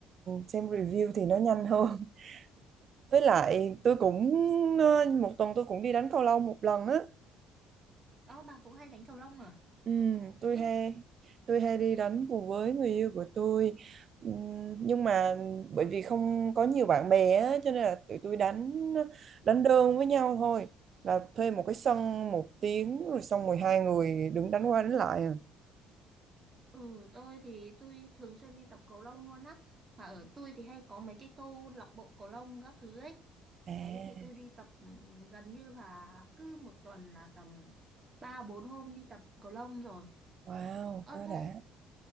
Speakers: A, on the right (about 45°); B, on the right (about 30°).
A: xem review thì nó nhanh hơn. <laughs> Với lại tôi cũng ờ, một tuần tôi cũng đi đánh cầu lông một lần á.
B: Đó, bà cũng hay đánh cầu lông à?
A: Ừ, tôi
B: Ui,
A: hay tôi hay đi đánh cùng với người yêu của tôi. Ừ, nhưng mà bởi vì không có nhiều bạn bè á, cho nên là tụi tôi đánh đánh đơn với nhau thôi. Là thuê một cái sân một tiếng rồi xong 12 người đứng đánh qua đánh lại à.
B: ừ tôi thì tôi thường xuyên đi tập cầu lông luôn á mà ở tôi thì hay có mấy cái câu lạc bộ cầu lông các thứ ấy
A: À,
B: đấy thì tôi đi tập ừ, gần như là cứ một tuần là tầm ba bốn hôm đi tập cầu lông rồi
A: wow,
B: ơ
A: quá
B: thế
A: đã